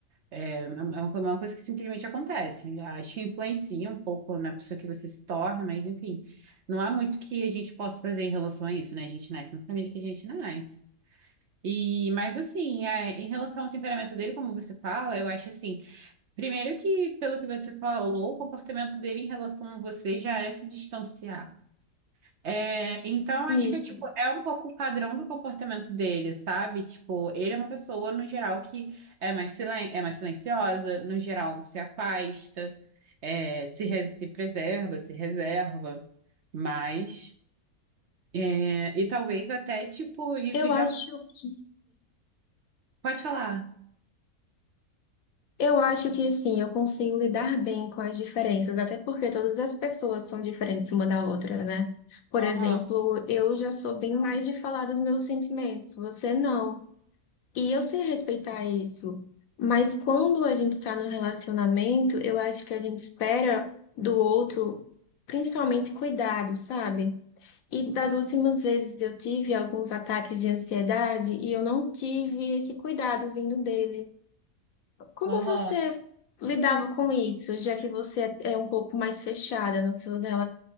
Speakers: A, on the right; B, on the left.
A: É, é um, é uma é uma coisa que simplesmente acontece. Acho que influencia um pouco na pessoa que você se torna, mas enfim, não há muito que a gente possa fazer em relação a isso, né? A gente nasce na família que a gente nasce. E, mas assim, é, em relação ao temperamento dele, como você fala, eu acho assim, primeiro que, pelo que você falou, o comportamento dele em relação a você já é se distanciar. É, então, acho
B: isso.
A: que é, tipo, é um pouco o padrão do comportamento dele, sabe? Tipo, ele é uma pessoa, no geral, que é mais, silen é mais silenciosa, no geral, se afasta, é, se, re- se preserva, se reserva, mas... é, e talvez até, tipo, isso
B: Eu
A: já...
B: acho que
A: Pode falar.
B: Eu acho que sim, eu consigo lidar bem com as diferenças, até porque todas as pessoas são diferentes uma da outra, né? Por
A: Aham,
B: exemplo, eu já sou bem mais de falar dos meus sentimentos, você não. E eu sei respeitar isso. Mas quando a gente tá no relacionamento, eu acho que a gente espera do outro, principalmente cuidado, sabe? E das últimas vezes eu tive alguns ataques de ansiedade e eu não tive esse cuidado vindo dele. Como
A: aham.
B: você lidava com isso, já que você é um pouco mais fechada nos seus